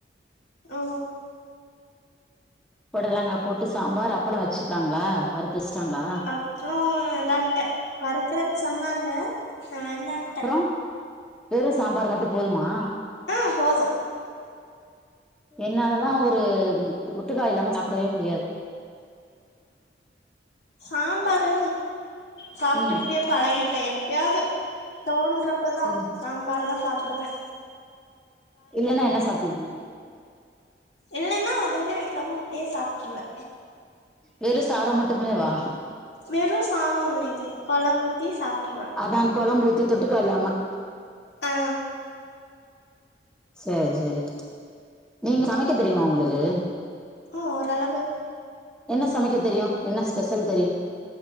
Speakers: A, on the left (about 75°); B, in the centre.
A: ஓ
B: பொடலங்கா போட்டு சாம்பார் அப்பளோ வச்சுட்டாங்ளா வற்த்வெச்ட்டாங்ளா
A: அப்புளோ வேண்டான்டே வற்க்றேன் சொன்னாங்க நா வேண்டான்ட்டே
B: அப்பற வெறு சாம்பார் மட்டு போதுமா
A: ஆ போது
B: என்னாலதா ஒரு ஒட்டுக்கா இல்லாம சாப்டவே முடியாது
A: சாம்பாரு சாப்ட்டு
B: ம்
A: இப்டியப் பழகிட்டே எப்பயாது தோன்றப்பதா
B: ம்
A: சாம்பார்லா சாப்புடுவ
B: இல்லேனா என்ன சாப்
A: இல்லேன்னா அதுவுமே வெக்காம அப்டியே சாப்ட்ருவ
B: வெறு சாத மட்டுமே வா
A: வெறு சாதோ இல்லைங்க குழம்பூத்தி சாப்ட்ருவ
B: அதா கொழம்பு ஊத்தி தொட்டுக்கல்லாம
A: ஆ
B: செர் செரி நீங்க சமைக்க தெரியுமா உங்ளுக்கு
A: உ ஓரளவு
B: என்ன சமைக்க தெரியு என்ன ஸ்பெஷல் தெரியு